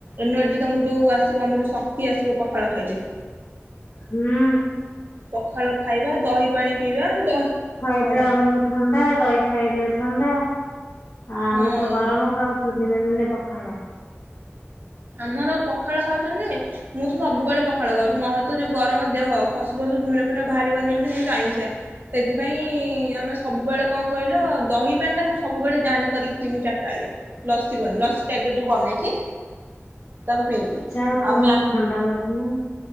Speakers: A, on the right; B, on the left.
A: ଏନର୍ଜି ତମକୁ ଯୋଉ ଆସିବ ଆମର ଯଉ ଶକ୍ତି ଆସିବ ପଖାଳ ଖାଇଲେ।
B: ହୁଁ
A: ପଖାଳ ଖାଇବା ଦହି ପାଣି ପିଇବା ଦହି ହଁ
B: ଲେ ଆମକୁ ଥଣ୍ଡା ଦହି ଖାଇଲେ ଥଣ୍ଡା ଆ
A: ହଁ
B: ଆମେ ତ ଗରମ ଖାଉଚୁ। ଦିନେ ଦିନେ ପଖାଳ,
A: ଆମର ପଖାଳ ଖାଉଛନ୍ତି ଯେ ମୁଁ ତ ସବୁବେଳେ ପଖାଳ ଖାଉଚି ମୋରତ ଯୋଉ ଗରମ ଦେହ ଖସି ପ ଘି ଫି ବାହାରିିବନିଯିବ ମୁଁ ଚାହିଁଛି ସେଥିପାଇଁ ଆମେ ସବୁବେେଳେ କଣ କହିଲ ଦହି ପାଣି ଟା ମୁଁ ସବୁବେଳେ ଜାହାନେ କରିକି ପିମି ଚାରିଟାବେଳିଆ ଲସିଭଳି ଲସି ଟାଇପରେ ଯଉ ବନେଇକି, ତାକୁ ପିଇବି
B: ଚା ତ
A: ଆଉ
B: ମୁଁ
A: ମ୍ୟା
B: ଥଣ୍ଡା ଘରମ,